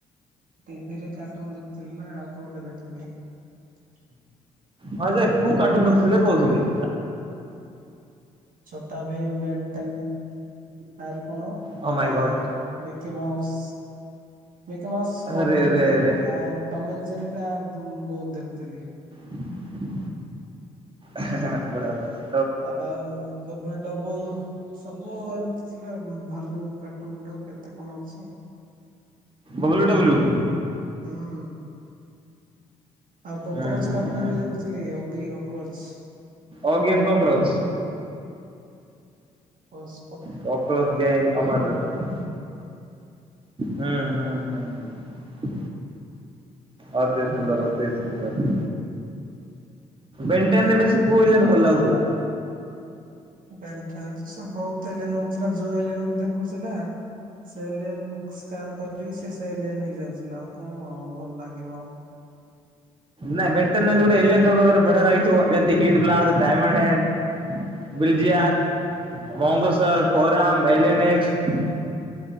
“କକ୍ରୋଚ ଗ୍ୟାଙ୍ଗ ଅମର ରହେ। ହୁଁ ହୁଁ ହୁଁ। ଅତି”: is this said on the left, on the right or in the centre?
Right